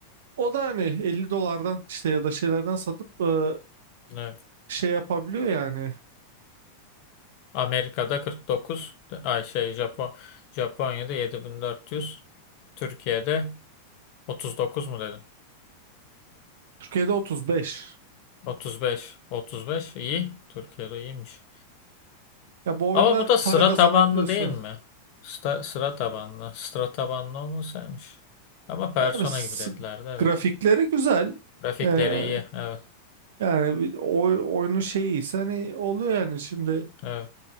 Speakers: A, on the right; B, on the left.
A: o da hani 50 dolardan işte ya da şeylerden satıp ee,
B: Evet.
A: şey yapabiliyor yani.
B: Amerika'da 49. Ay şey Japon Japonya'da 7400. Türkiye'de 39 mu dedin?
A: Türkiye'de 35.
B: Otuz beş, otuz beş iyi. Türkiye'de iyiymiş.
A: Ya bu oyunlar
B: Ama bu da sıra
A: para kazanabiliyorsa.
B: tabanlı değil mi? Sta- sıra tabanlı. Sıra tabanlı olmasaymış. Ama persona
A: Yani s-
B: gibi dediler de evet.
A: grafikleri güzel.
B: Grafikleri
A: Ee,
B: iyi. Evet.
A: yani bir oy, oyunun şeyi ise hani oluyor yani şimdi.
B: Evet.